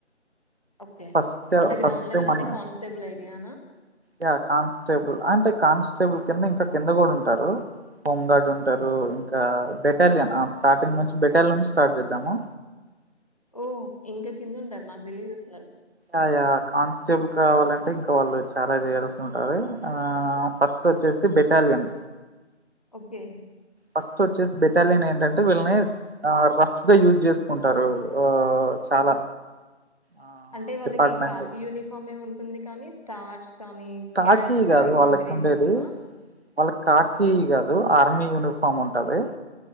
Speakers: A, on the left; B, on the right.
A: ఓకే.
B: ఫస్ట్
A: అంటే గ్రౌండ్
B: ఫస్ట్
A: లెవల్
B: మన
A: అంటే, కాన్స్టేబుల్ అయి యా నా?
B: యా కాన్స్టేబుల్, అంటే కానిస్టేబుల్ కింద ఇంకా కింద కూడా ఉంటారు. హోంగార్డ్ ఉంటారు, ఇంకా బెటాలియన్, ఆ స్టార్టింగ్ నుంచి బెటాలియన్ స్టార్ట్ చేద్దాము.
A: ఓ, ఇంక కింద ఉంటార నాకు తెలీదాసల్?
B: ఆ, యా. కానిస్టేబుల్ కావాలంటే ఇంక్ వాళ్ళు చాలా చేయాల్సి ఉంటది. ఆ ఫస్ట్ వచ్చేసి బెటాలియన్
A: ఓకే.
B: ఫస్ట్ వచ్చేసి బెటాలియన్ ఏంటంటే, వీళ్ళని ఆ రఫ్గా యూజ్ చేసుకుంటారు. ఆ చాలా ఆ
A: అంటే వాళ్ళకి,
B: డిపార్ట్మెంట్
A: కాకి యూనిఫామే ఉంట్ వుంది కానీ, స్టార్స్ కానీ
B: కాకి
A: క్యాబ్స్
B: కాదు
A: ఇలాంటివి,
B: వాళ్ళకి ఉండేది.
A: ఏమి ఉండవా?
B: వాళ్ళకి కాకిీ కాదు, ఆర్మీ యూనిఫార్మ్ ఉంటది.